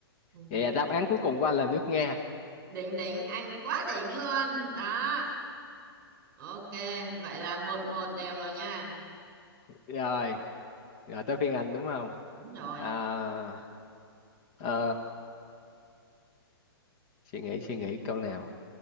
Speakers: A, on the right; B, on the left.
A: Ừ.
B: Vậy là đáp án cuối cùng của anh là nước Nga.
A: đỉnh đỉnh anh quá đỉnh luôn đó ok vậy là một một đều rồi nha
B: Rồi, rồi tới phiên anh đúng không?
A: đúng rồi
B: À, ờ, suy nghĩ suy nghĩ câu nào.